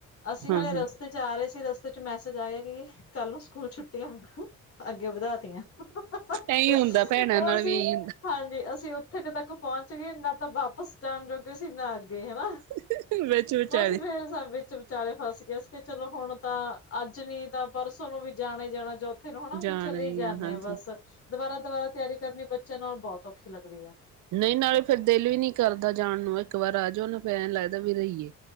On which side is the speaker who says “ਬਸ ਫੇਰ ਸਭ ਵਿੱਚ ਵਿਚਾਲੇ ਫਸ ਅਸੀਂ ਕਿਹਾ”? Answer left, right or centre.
Left